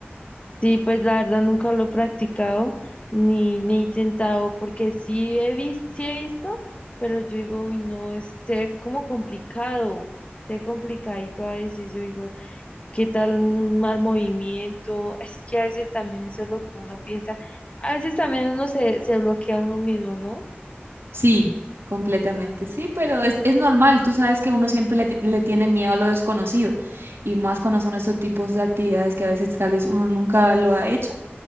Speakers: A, on the left (about 30°); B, on the right (about 80°).
A: Sí, pues la verdad nunca lo he practicado ni, ni he intentado, porque sí he visto, sí he visto, pero yo digo, uy, no, es, se ve como complicado, se ve complicadito a veces, yo digo, ¿qué tal un mal movimiento? <laughs> Es que a veces también eso es lo que uno piensa, a veces también uno se, se bloquea a uno mismo, ¿no?
B: Sí, completamente sí, pero es, es normal. Tú sabes que uno siempre le, ti- le tiene miedo a lo desconocido y más cuando son estos tipos de actividades que a veces tal vez uno nunca lo ha hecho.